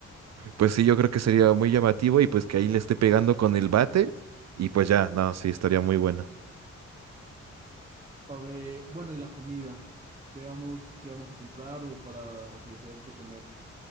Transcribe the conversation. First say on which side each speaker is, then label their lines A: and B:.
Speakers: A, on the right; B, on the right.
A: Pues sí, yo creo que sería muy llamativo y pues que ahí le esté pegando con el bate y pues ya, no, sí, estaría muy bueno.
B: A ver, bueno, y la comida, ¿qué vamos, qué vamos a comprar o para ofrecer de comer?